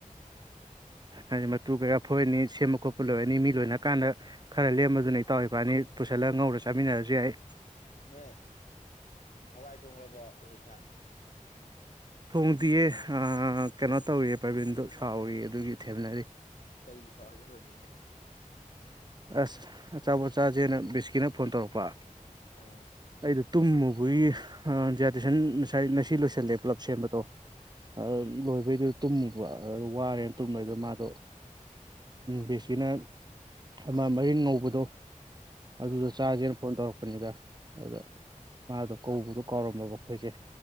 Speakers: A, on the right; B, on the left.
A: ꯍꯥꯏꯗꯤ ꯃꯇꯨ ꯀꯌꯥ ꯐꯣꯏꯔꯅꯤ ꯁꯦꯝꯕ ꯈꯣꯠꯄ ꯂꯣꯏꯔꯅꯤ ꯃꯤ ꯂꯣꯏꯅꯔ ꯀꯥꯟꯗ ꯈꯔ ꯂꯦꯝꯕꯗꯨꯅ ꯏꯇꯥꯎ ꯏꯕꯥꯟꯅꯤ ꯄꯨꯁꯜꯂꯒ ꯉꯧꯔ ꯆꯥꯃꯤꯟꯅꯔꯁꯨ ꯌꯥꯏ
B: ꯅꯣꯏ ꯍꯋꯥꯏ ꯊꯣꯡꯈꯕꯣ ꯔꯣꯍꯤꯠꯅ
A: ꯊꯣꯡꯗꯤꯌꯦ ꯀꯩꯅꯣ ꯇꯧꯔꯤꯌꯦ ꯄꯔꯕꯤꯟꯗꯣ ꯁꯥꯎꯔꯤ ꯑꯗꯨꯒꯤ ꯊꯦꯝꯅꯔꯤ
B: ꯀꯔꯤꯒꯤ ꯁꯔꯒ ꯔꯣꯕꯤꯟꯗꯤ
A: ꯑꯁ ꯑꯆꯥꯄꯣꯠꯆꯥꯁꯦꯅ ꯕꯤꯁꯀꯤꯅ ꯐꯣꯟ ꯇꯧꯔꯛꯄ
B: ꯎꯝ
A: ꯑꯩꯗꯣ ꯇꯨꯝꯃꯨꯕꯒꯤ ꯗꯤꯖ꯭ꯔꯗꯦꯁꯟ ꯉꯁꯤ ꯂꯣꯏꯁꯤꯜꯂꯦ ꯄꯨꯂꯞ ꯁꯦꯝꯕꯗꯣ
B: ꯎꯝ
A: ꯑ ꯂꯣꯏꯕꯩꯗꯣ ꯇꯨꯝꯃꯨꯕ ꯋꯥꯔꯦꯅ ꯇꯨꯝꯕꯗ ꯃꯥꯗꯣ ꯕꯦꯁꯤꯅ ꯑꯃ ꯃꯔꯤꯟ ꯉꯧꯕꯗꯣ ꯑꯗꯨꯗꯣ ꯆꯥꯥꯁꯦꯅ ꯐꯣꯟ ꯇꯧꯔꯛꯄꯅꯤꯗ ꯑꯗꯨꯗ
B: ꯎꯝ
A: ꯃꯥꯗꯣ ꯀꯧꯕꯗꯣ ꯀꯥꯎꯔꯝꯃꯕ ꯑꯩꯈꯣꯏꯁꯦ